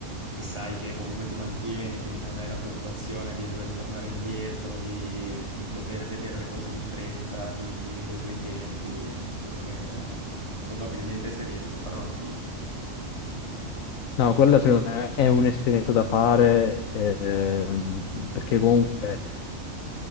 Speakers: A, on the right; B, on the left.
A: e sai che comunque ti mantieni, quindi non hai la preoccupazione di dover tornare indietro, di dover vedere le cose di fretta, ti vivi coi tuoi tempi, è una cosa che probabilmente se riesco farò anch'io.
B: No, quella secondo me è un'esperienza da fare ehm, perché comunque